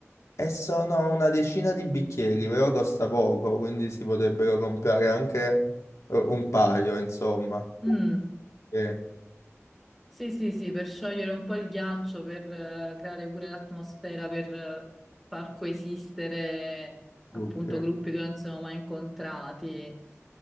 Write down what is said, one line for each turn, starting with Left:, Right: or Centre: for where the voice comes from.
Left: E sono una decina di bicchieri, però costa poco, quindi si potrebbero comprare anche eh, un paio, insomma.
Centre: Mm,
Left: E-
Centre: sì, sì, sì, per sciogliere un po' il ghiaccio, per eh, creare pure l'atmosfera, per eh, far coesistere appunto
Left: Ok.
Centre: gruppi che non si sono mai incontrati.